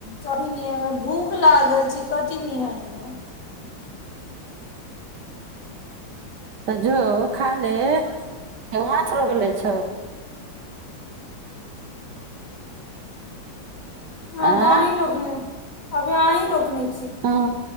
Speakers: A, on the left (about 50°); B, on the right (about 65°).
A: कभी न भूख लागल छै। कथ नह है
B: त जो ख ले छ
A: ह
B: आँय
A: तह रोकने अब यहाँ ही रोकनी
B: ह